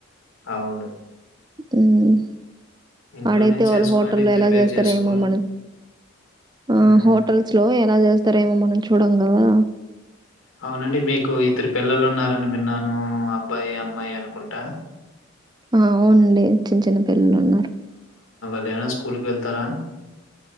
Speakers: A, on the left (about 85°); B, on the right (about 20°).
A: అవును.
B: ఉహ్
A: ఇంట్లోనే
B: ఆడైతే వాళ్ళు
A: చేసుకొని
B: హోటల్లో
A: ప్రిపేర్
B: ఎలా జేస్తారో
A: చేసుకో
B: ఏమో మనక్
A: హ్మ్.
B: ఆ హోటల్స్ లో ఎలా జెస్ తరేమో మనం చూడంగదా
A: అవునండి మీకు ఇద్దరు పిల్లలున్నార్ రని విన్నాను అబ్బాయి అమ్మాయి అనుకుంటా
B: ఆ అవునండి చిన్న చిన్న పిల్లలు ఉన్నారు
A: ఏవైనా స్కూల్కు వెళ్తారా